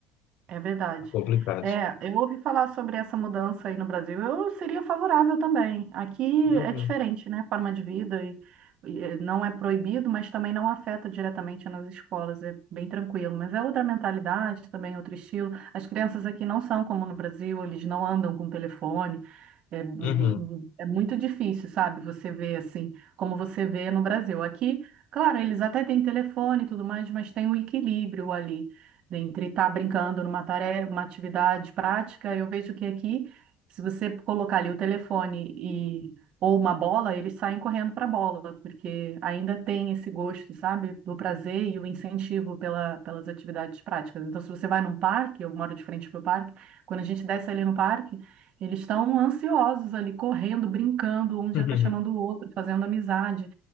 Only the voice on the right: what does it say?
É verdade.
É, eu ouvi falar sobre essa mudança aí no Brasil. Eu seria favorável também. Aqui
é diferente, né? Forma de vida e, e eh, não é proibido, mas também não afeta diretamente nas escolas. É bem tranquilo. Mas é outra mentalidade, também outro estilo. As crianças aqui não são como no Brasil. Eles não andam com telefone. É, hum, hum,
hum, é muito difícil, sabe? Você vê assim, como você vê no Brasil. Aqui, claro, eles até têm telefone e tudo mais, mas tem o equilíbrio ali dentre estar brincando numa tarefa, uma atividade prática, eu vejo que aqui, se você colocar ali o telefone e ou uma bola, eles saem correndo para a bola, porque ainda tem esse gosto, sabe, do prazer e o incentivo pela, pelas atividades práticas. Então, se você vai num parque, eu moro de frente para o parque, quando a gente desce ali no parque, eles estão ansiosos ali, correndo, brincando, um já
está chamando o outro, fazendo amizade.